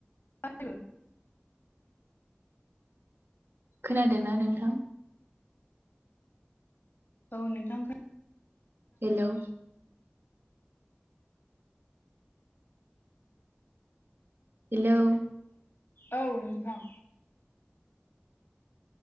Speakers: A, on the left (about 70°); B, on the right (about 75°).
A: जबो <unintelligible>
B: खोनादोंना नोंथां?
A: औ नोंथांखौ
B: हेलौ हेलौ
A: औ नोंथां